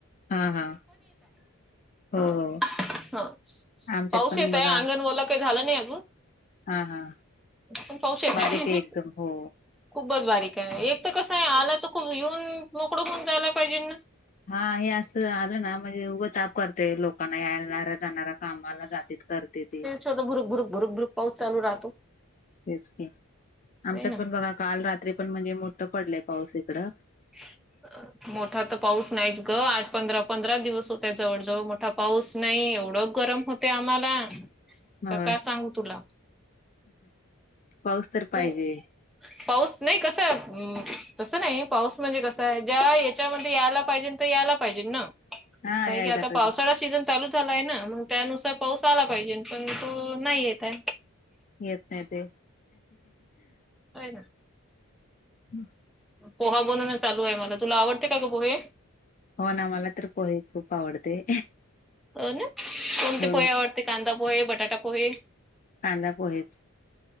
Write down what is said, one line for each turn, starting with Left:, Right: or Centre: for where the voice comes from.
Left: हा, हा.
Centre: <inaudible>
Left: हो
Centre: हा
Left: हो आमच्यात
Centre: पाऊस
Left: पण
Centre: येतय
Left: बघा
Centre: अंगण ओल काय झालं नाही अजून,
Left: हा हा
Centre: पण पाऊस येतोय.
Left: बारीक आहे एकदम हो
Centre: खूपच बारीकाय. एक तर कसं आहे आला तर खूप येऊन मोकडं होऊन जायला पाहिजेल ना.
Left: हा हे असं आलं ना म्हणजे उगं ताप करते लोक कांना येणार जाणार कामाला जात्यात करत्याती
Centre: <unintelligible> भरूक भरूक भरूक भरूकऊ पाऊस चालू राहतो.
Left: तेच की आमच्यात
Centre: नाही ना.
Left: पण बघा काल रात्री पण म्हणजे मोठं पडलंय पाऊस इकडं
Centre: <inaudible> मोठा तर पाऊस नाहीच ग, आठ पंधरा - पंधरा दिवस होत्या जवळजवळ मोठा पाऊस नाही एवढं गरम होत. ते आम्हाला
Left: होय
Centre: का- का सांगू तुला,
Left: पाऊस तर पाहिजे
Centre: हो. पाऊस नाही कसं तसं नाही पाऊस म्हणजे कस -- ज्या याच्यामध्ये यायला पाहिजे तर यायला पाहिजे ना
Left: हा
Centre: कारण
Left: यायला
Centre: की आता
Left: पाहिजे
Centre: पावसाळा सीझन चालूच झालाय ना मग त्यानुसार पाऊस आला पाहिजे, पण तो नाही येत हाय.
Left: येत नाही ते.
Centre: होय ना.
Left: <inaudible>
Centre: पोहा बनवणं चालू आहे मला. तुला आवडते का ग पोहे?
Left: हो ना मला तर पोहे खूप आवडते.
Centre: हो ना. कोणते
Left: हो
Centre: पोहे आवडते? कांदा पोहे, बटाटा पोहे.
Left: कांदा पोहेच.